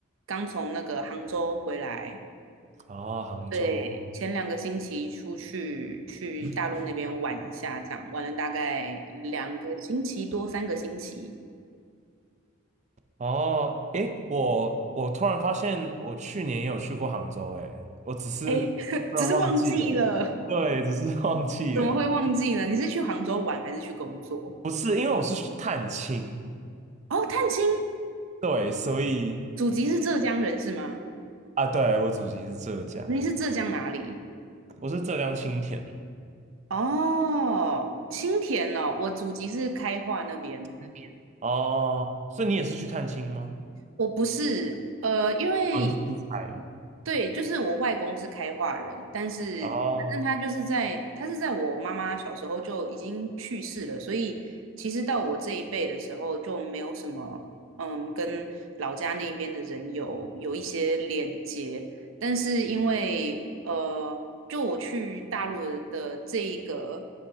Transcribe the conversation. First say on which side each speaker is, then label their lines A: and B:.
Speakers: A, on the right; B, on the right.
A: 刚从那个杭州回来，
B: 啊，杭州。
A: 对，前两个星期出去去大陆那边玩一下，这样玩了大概两个星期多，三个星期。
B: 哦，诶，我我突然发现，我去年也有去过杭州，诶，我只是突然忘记了，
A: 哎，<laughs> 只是忘记了，
B: 对，只是忘记了。
A: 怎么会忘记呢？你是去杭州玩还是去工作？
B: 不是，因为我是去探亲，
A: 哦，探亲，
B: 对，所以
A: 祖籍是浙江人是吗？
B: 啊，对，我祖籍是浙江，
A: 你是浙江哪里？
B: 我是浙江青田。
A: 哦，青田哦，我祖籍是开化那边。
B: 那边。哦，所以你也是去探亲吗？
A: 我不是，呃，因为
B: 我你是出差。
A: 对，就是我外公是开化人，但是反正他就是在，
B: 哦，
A: 他是在我妈妈小时候就已经去世了，所以其实到我这一辈的时候就没有什么，嗯，跟老家那边的人有有一些连接，但是因为呃，就我去大陆的这一个